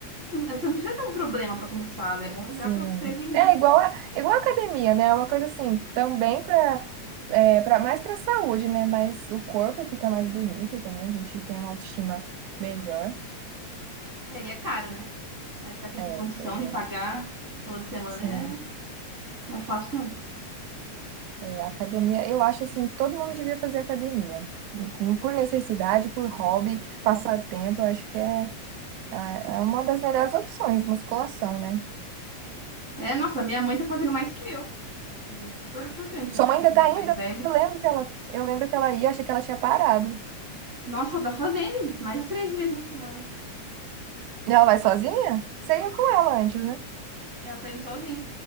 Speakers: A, on the right; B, on the right.
A: É, Você não precisa ter um problema para começar, né? É bom
B: Sim.
A: já para prevenir.
B: É igual a, igual a academia, né? É uma coisa assim, também pra, é, pra, mais pra saúde, né? Mas o corpo fica mais bonito também. A gente tem uma autoestima melhor.
A: É, e é caro, né? Mas para quem
B: É,
A: tem condição
B: pois
A: de
B: é.
A: pagar toda semana
B: Sim.
A: é... não é fácil, não.
B: É, academia, eu acho assim que todo mundo devia fazer academia. Não por necessidade, por hobby, passatempo, eu acho que é, é é uma das melhores opções, musculação, né?
A: É, nossa, minha mãe tá fazendo mais que eu. E é super importante,
B: Sua
A: né? Para
B: mãe
A: quem
B: ainda
A: também
B: tá ainda,
A: é mais velho.
B: eu lembro que ela, eu lembro que ela ia, achei que ela tinha parado.
A: Nossa, ela tá fazendo mais de três vezes na semana.
B: E ela vai sozinha? Você ia com ela antes, né?
A: Ela tá indo sozinha.